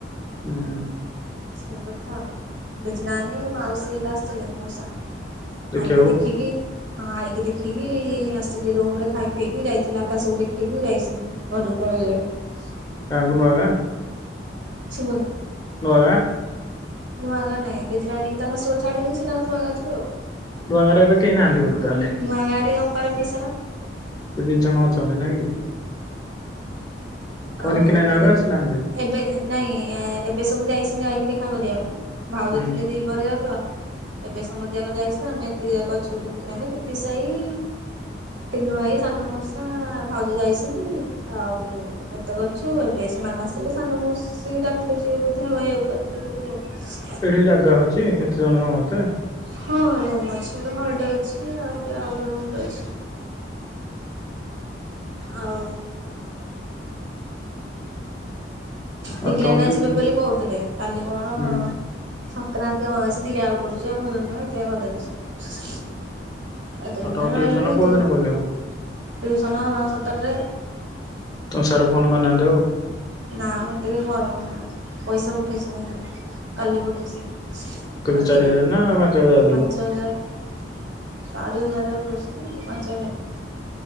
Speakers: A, on the left; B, on the right.
A: ହୁଁ।
B: ସେଇ କଥା ଆଉ, ଡେଜିନାନୀ ମାଉସୀହେରିକା ଆସିଥିଲେ, ମଉସା।
A: ଦେଖିବାକୁ
B: ଆଇକି ଦେଖିକି ହଁ ଆଇକି ଦେଖିକି, ଆସିକି ରୁମ ରେ ଖାଇ ପିଇକି ଯାଇଥିଲେ ଆକାଶ ଦେଖିକି ଯାଇସି ଘରୁକୁ ପଳେଇଲେଣି?
A: କାଙ୍ଗୁନୁଆଗାଁ
B: ଶୁବୁନି।
A: ନୁଆ ଗାଁ
B: ନୂଆଗାଁ ନାଇଁ, ଡେଜିନାନିକିତା ଶାଶୁଘରେ ଛାଡିଦେଇକି, ସେ ତାଙ୍କର ନୁଆାଗାଁ ଯିବେ ଆଉ।
A: ନୁଆଗାଁ ରେଏବେ କେହି ନାହାନ୍ତି ବୋଧେତାହେଲେ?
B: ନୂଆ ଗାଁରେ ଅପାର ପିସାର
A: ସେ, ଦି ଜଣ ଅଚନ୍ତି ନାଇଁ କି। ତମ
B: ଆଉରି,
A: ନିକି ନାନୀ ହକା ଆସିନାହାନ୍ତି?
B: ଏବେ ନା ନାଇଁ, ଏବେ ସବୁ ଯାଇଛନ୍ତି ଆାଇକି ଦେଖା କରିବାକୁ ଭାଉଜ,
A: ହୁଁ
B: ଥିଲେ ଦି ପହରଯାକ? ଏବେ ସମସ୍ତେ ଯାକ ଯାଇଛନ୍ତି, ଆମେ ଏତିକିଯାକ ଅଛୁ ରିଙ୍କୀନାନି, ପିତିସାଇ। ପିନୁ ଭାଇ, ସାନ ମଉସା, ଭାଉଜ ଯାଇଛନ୍ତି, ଆଉ ତ ଅଛୁ, ଏବେ ସେମାନେ ଆସିଲେ ସାନମାଉସି ରାତିରେ ଯିବେ ବୋଧେ ରହିଆକୁ ରାତିରେ ରହିବେ ଆଉ
A: ଏଠିଜାଗା ଅଛି, ଏତେ ଜଣ ସମସ୍ତେ?
B: ହଁ ହଁ ରୁମ୍ ଅଛି, ଗୋଟେ ହଲ୍ ଟେ ଅଛି, ଆଉ ଗୋଟେ ଆଉ ଗୋଟେ ରୁମ୍ ଟେ ଅଛି। ଆଉ ବିକିିରାନା
A: ଆଉ ତମର ଟିକେ
B: ଯିବେ ବୋଲି କହୁଥିଲେ, କାଲି କଣ
A: ହୁଁ
B: ସଂକ୍ରାନ୍ତି, ଅମାବାସ୍ୟା ଦିଟାଯାକ ପଡୁଚି ବା ଭଲ ନୁହେଁ, ସେଥିପାଇଁ ଗଲେନି ସେ। ଏତେ
A: ଆଉ
B: ଦିନି
A: ତମ
B: ହେଲା
A: ଟିଉସନ
B: ରହିଲଣି ଏତେ
A: କୋଉ ଦିନ ଖୋଲିବ?
B: ଟିଉସନ ସତରରେ
A: ତୁମ ସାରେ ଫୋନ କରିନାହାନ୍ତି ଆଉ?
B: ନା ମୋତେବି ଫୋନ କରିନାହାନ୍ତି, ପଇସା ପଠେଇଚନ୍ତି ଖାଲି। କାଲି ପଠେଇଚନ୍ତି,
A: କେତେ
B: ରାତିରେ,
A: ଚାରି ହଜାର ନା ପାଞ୍ଚ ହଜାର ଦେଲେ
B: ପାଞ୍ଚ ହଜାରେ। ଚାରି ହଜାରେ ଆଉଦଉଶନ୍ତି, ଇଏ ପାଞ୍ଚ ହଜାରେ।